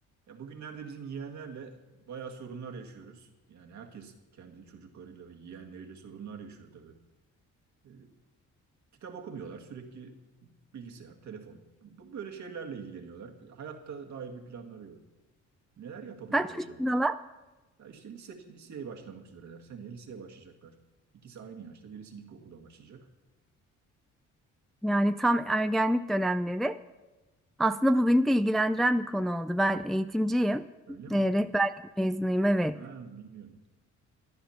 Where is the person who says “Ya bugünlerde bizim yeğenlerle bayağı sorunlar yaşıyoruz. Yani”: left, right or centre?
Right